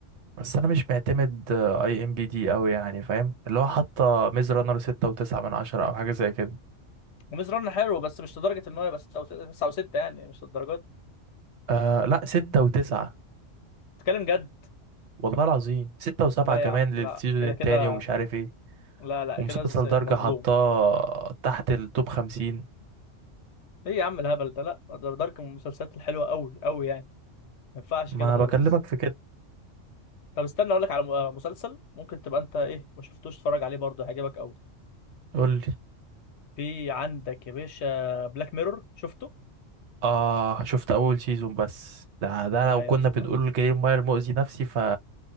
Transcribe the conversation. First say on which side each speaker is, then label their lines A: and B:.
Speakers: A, on the right; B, on the left.
A: بس انا مش معتمد اي ام بي دي قوي يعني فاهم اللي هو حاطة ميز رانر ستة وتسعة من عشرة او حاجة زي كده
B: وميز رن حلو بس مش لدرجه ان هو يبقى 6 او 6 يعني مش للدرجه دي
A: آه لا ستة وتسعة
B: بتتكلم جد
A: والله العظيم ستة وسبعة
B: لا
A: كمان
B: يا عم
A: للسيزون
B: لا كده
A: التاني
B: كده
A: ومش عارف ايه
B: لا لا
A: ومسلسل
B: كده س- مظلوم
A: درجة حطاه تحت التوب خمسين
B: ايه يا عم الهبل ده لا دار- دارك من المسلسلات الحلوه قوي قوي يعني ما ينفعش
A: ما
B: كده خالص
A: بكلمك في كده
B: طب استنى اقول لك على م- آه، مسلسل ممكن تبقى انت ايه ما شفتوش اتفرج عليه برضه هيعجبك قوي
A: قولي
B: في عندك يا باشا بلاك ميرور شفته
A: اه شفت اول سيزون بس ده ده
B: لا
A: لو كنا
B: يا اسطى
A: بنقول جريم ماير مؤذي نفسي ف